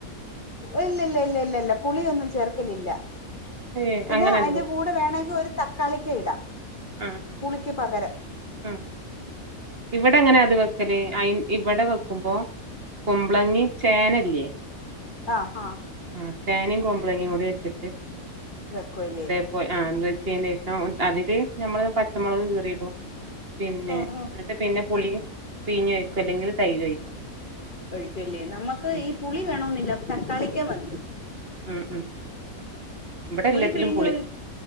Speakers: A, on the left; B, on the right.
A: ഇല്ലല്ല, ഇല്ല, ഇല്ല, ഇല്ല പുളിയൊന്നും ചേർക്കലില്ല.
B: ഏ
A: പിന്നെ
B: അങ്ങനെണ്ട്
A: അയിന്റെ കൂടെ വേണങ്കി ഒരു തക്കാളിക്ക ഇടാം.
B: ഉം
A: പുളിക്ക് പകരം
B: ഉം ഇവിടെ എങ്ങനെ അത് വെക്കല് അയി ഇവടെ വെക്കുമ്പോ, കുമ്പളങ്ങി ചേനല്യേ?
A: ആഹ്, ആഹ്.
B: ആ ചേനയും, കുമ്പളങ്ങയും കൂടി വച്ചിട്ട്,
A: വെക്കുവല്ലേ
B: അതേ പോ ആ <unintelligible> ചെയ്ൻ്റേഷം അതില് ഞമ്മള് പച്ചമുളക് കീറിടും. പിന്നെ
A: ആഹ് ആഹ്
B: എന്നിട്ട് പിന്നെ പുളി, പീഞ്ഞ് ഒഴിക്കും അല്ലെങ്കില് തൈര് ഒഴിക്കും.
A: ഒഴിക്കല്ലേ നമുക്ക്
B: ഉം
A: ഈ പു ണ തക്കാളിക്ക വന്ന
B: ഉം ഉം ഇവിടെ
A: പുളി
B: എല്ലാത്തിലും
A: പിഴിഞ്ഞൊി